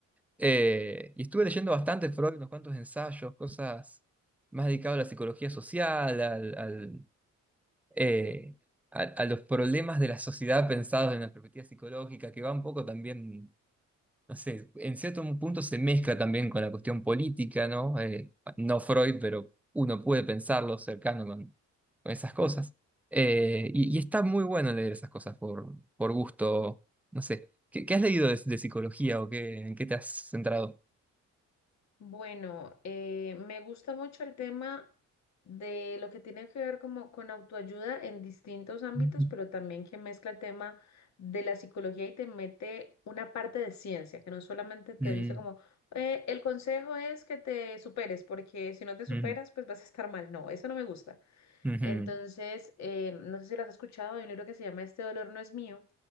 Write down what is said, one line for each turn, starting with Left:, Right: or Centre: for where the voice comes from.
Centre: Eh, y estuve leyendo bastante Freud, unos cuantos ensayos, cosas más dedicadas a la psicología social, al, al eh, a, a los problemas de la sociedad pensados en la perspectiva psicológica, que va un poco también, no sé, en cierto punto se mezcla también con la cuestión política, ¿no? Eh, no Freud, pero uno puede pensarlo cercano con, con esas cosas. Eh, y, y está muy bueno leer esas cosas por, por gusto, no sé. ¿Qué, qué has leído de, de psicología o qué, en qué te has centrado?
Left: Bueno, eh, me gusta mucho el tema de lo que tiene que ver como con autoayuda en distintos ámbitos,
Centre: Ujú.
Left: pero también que mezcla el tema de la psicología y te mete una parte de ciencia, que no solamente te
Centre: Mm,
Left: dice como, "Eh, el consejo es que te superes, porque si no te superas,
Centre: mm,
Left: pues vas a estar mal. No, eso no me gusta.
Centre: ujú.
Left: Entonces, eh, no sé si lo has escuchado, hay un libro que se llama Este dolor no es mío,